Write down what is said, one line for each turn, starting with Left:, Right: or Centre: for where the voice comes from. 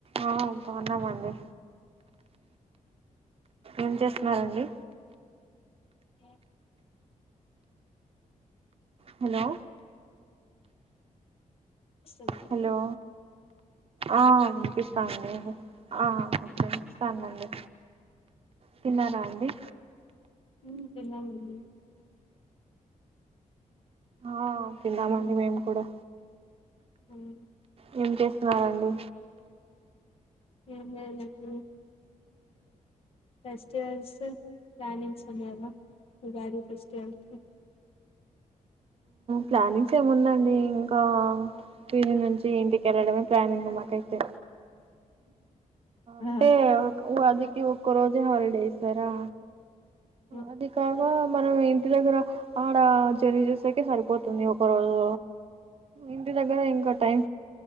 Right: ఆ బాగున్నామండి, ఏం చేస్తున్నారండి,
Left: <unintelligible>
Right: హలో
Left: ఏమైంది
Right: హలో ఆ వినిపిస్తాండి, ఆ వినిపిస్తానంది తిన్నారా అండి
Left: ఉ తిన్నం అండీ
Right: ఆ తింన్నమండి
Left: ఉమ్,
Right: మేము కూడా
Left: ఉమ్.
Right: ఊ ఏం చేస్తున్నారండి.
Left: ఏం లేదండి ఫెస్టివల్స్ ప్లానింగ్స్ ఉన్నాయా ఉగాది ఫెస్టివల్ కి
Right: ప్లానింగ్స్ ఏముందండి ఇంకా దీని నుంచి ఇంటికి వెళ్ళడమే ప్లానింగ్ మాకైతే
Left: ఆ
Right: అంటే ఉగాది కి ఇ ఒక్క రోజే హాలిడే ఇస్తారా
Left: ఆ
Right: అది కాక మనం ఇంటి దగ్గర ఆడ జర్నీ చేసేక సరిపోతుంది, ఒక రోజు ఇంటి దగ్గర ఇంక టైం